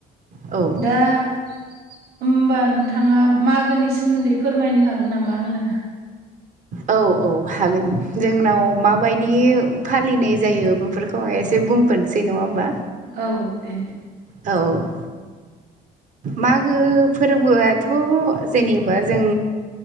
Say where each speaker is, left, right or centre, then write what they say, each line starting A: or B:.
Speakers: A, on the right (about 45°); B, on the right (about 70°).
A: औ
B: दा होमबा नोंथाङा मागोनि सोमोन्दै फोरमायनो हागोन नामा आंनो?
A: औ औ हागोन जोंनाव माबायदि फालिनाय जायो बेफोरखौ आं एसे बुंफोरसै नङा होमबा।
B: औ दे।
A: औ। मागो फोरबोआथ' जेनेबा जों